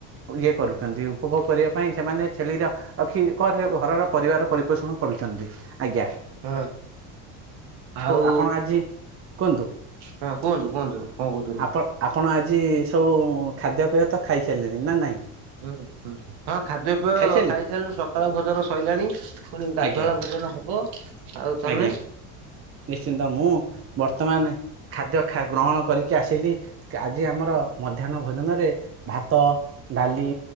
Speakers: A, on the right (about 35°); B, on the right (about 65°).
A: ଇଏ କରୁଛନ୍ତି ଉପଭୋଗ କରିବା ପାଇଁ ସେମାନେ ଛେଳିର ରଖି ଘରେ ଘରର ପରିବାର ପରିପୋଷଣ କରୁଛନ୍ତି ଆଜ୍ଞା
B: ହଁ ଆଉ
A: ଆପଣ ଆଜି କୁହନ୍ତୁ
B: ହଁ କୁହନ୍ତୁ କୁହନ୍ତୁ କଣ କହୁଛୁ
A: ପ ଆପଣ ଆଜି ସବୁ ଖାଦ୍ୟପେୟ ତ ଖାଇସାରିଲେଣି ନା ନାହିଁ
B: ହୁଁ ହୁଁ ହଁ ଖାଦ୍ୟପେୟ
A: ଖାଇସାରିଲେଣି
B: ଖାଇସାରିଲଣି ସକାଳ ଭୋଜନ ସରିଲାଣି ପୁଣି ଗାଧୁଆ
A: ଆଜ୍ଞା
B: ଭୋଜନ ହବ ଆଉ ତମେ
A: ଆଜ୍ଞା ନିଶ୍ଚିନ୍ତ ମୁଁ ବର୍ତ୍ତମାନ ଖାଦ୍ୟ ଖା ଗ୍ରହଣ କରିକି ଆସିଲି ଆଜି ଆମର ମଧ୍ୟାହ୍ନ ଭୋଜନରେ ଭାତ ଡାଲି